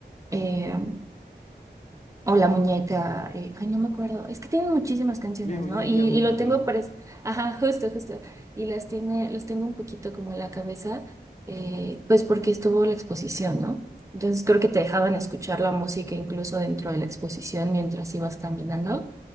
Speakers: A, on the right; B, on the left.
A: Eh, o la muñeca, eh, ay, no me acuerdo, es que tienen muchísimas canciones,
B: Mi muñeca
A: ¿no? Y,
B: me
A: y lo
B: habló.
A: tengo, pres- ajá, justo, justo, y las tiene, los tengo un poquito como en la cabeza, eh, pues porque estuvo la exposición, ¿no? Entonces creo que te dejaban escuchar la música incluso dentro de la exposición mientras ibas caminando.